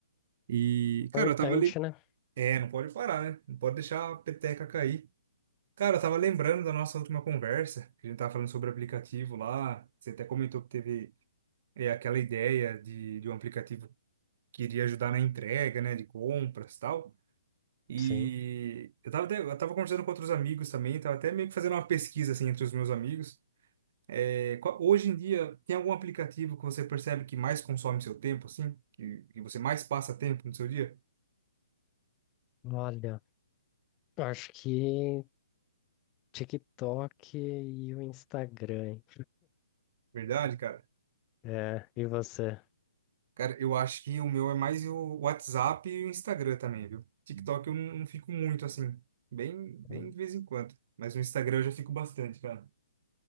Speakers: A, on the right (about 50°); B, on the left (about 25°).
A: E,
B: Importante,
A: cara, eu tava ali.
B: né?
A: É, não pode parar, né? Não pode deixar a peteca cair. Cara, eu tava lembrando da nossa última conversa, que a gente tava falando sobre aplicativo lá. Você até comentou que teve é aquela ideia de, de um aplicativo queria ajudar na entrega, né, de compras e tal. E
B: Sim.
A: eu tava, até- eu tava conversando com outros amigos também, tava até meio que fazendo uma pesquisa, assim, entre os meus amigos. É, qual- hoje em dia, tem algum aplicativo que você percebe que mais consome seu tempo, assim? Que, que você mais passa tempo no seu dia?
B: Olha, eu acho que TikTok e o Instagram, hein?
A: Verdade, cara?
B: É, e você?
A: Cara, eu acho que o meu é mais o WhatsApp e o Instagram também, viu? TikTok eu não, não fico muito, assim, bem, bem
B: Hum,
A: de vez em quando. Mas no Instagram eu já fico bastante, cara.